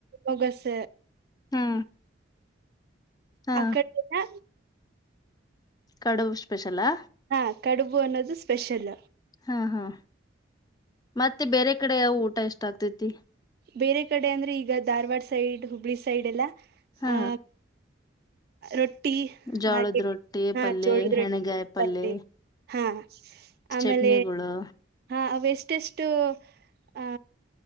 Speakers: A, on the right; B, on the left.
A: ಮೊಗಸ್
B: ಹಾ ಹಾ
A: ಆ ಕಡೆಲ್ಲ
B: ಕಡವು ಸ್ಪೆಷಲಾ
A: ಹಾ ಕಡುಬು ಅನ್ನೋದು ಸ್ಪೆಷಲ್
B: ಹಾ ಹಾ ಮತ್ತೆ ಬೇರೆ ಕಡೆ ಯಾವ ಊಟ ಎಷ್ಟಾಗಗ್ತತಿ
A: ಬೇರೆ ಕಡೆ ಅಂದ್ರೆ ಈಗ ಧಾರ್ವಾಡ ಸೈಡ್ ಹುಬ್ಳಿ ಸೈಡ್ ಎಲ್ಲ
B: ಹಾ
A: ಆ ರೊಟ್ಟಿ
B: ಜೋಳದ
A: ಹಾಗೆ
B: ರೊಟ್ಟಿ
A: ಹಾ
B: ಪಲ್ಯ
A: ಜೋಳದ ರೊಟ್ಟಿ
B: ಹೆಣಗಾಯಿ ಪಲ್ಯ
A: ಬಂದೆ ಹಾ ಆಮೇಲೆ
B: ಚಟ್ನಿಗಳು
A: ಹಾ ಅವೆಷ್ಟೆಷ್ಟು ಆ